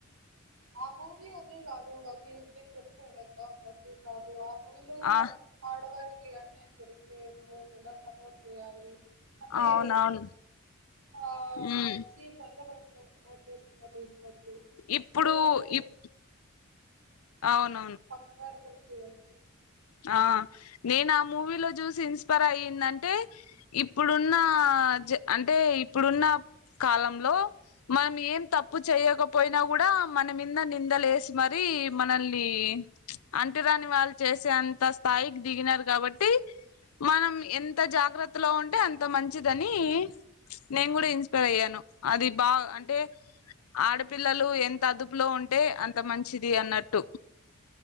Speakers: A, on the right (about 70°); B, on the left (about 80°).
A: ఆ మూవీ అన్ని రాదు వకీల్ మీరు చెప్పిన విధంగా వకీల్ సాబు ఆ వీళ్ళు కూడా
B: ఆ
A: ఆడవారి అన్యాయం జరిగితే నువ్వు వెళ్ళి ఎలా సపోర్ట్ చేయాలి అంటే
B: అవునవును
A: ఆ
B: ఉమ్
A: మేం సీ <inaudible> అంటే మనం మో మోటివేషన్గా తీసుకోవచ్చు ఇన్స్పిరేషన్
B: ఇప్పుడు
A: గా
B: ఇప్ అవును
A: పక్కగారి పిల్ చూడచ్చు
B: ఆ నేనా మూవీలో చూసి ఇన్స్పైర్ అయ్యిందంటే ఇప్పుడున్న జన్ అంటే ఇప్పుడున్న కాలంలో మనం ఏం తప్పు చేయ్యక పోయినా కూడా మన మింద నిందలేసి మరి మనల్ని అంటరాని వాళ్ళు చేస్ సే అంత స్థాయికి దిగినారు కాబట్టి మనం ఎంత జాగ్రత్తలో ఉంటే అంత మంచిదని నేను కూడా ఇన్స్పైర్ అయ్యాను అది బా అంటే ఆడపిల్లలు ఎంత అదుపులో ఉంటే అంత మంచిది అన్నట్టు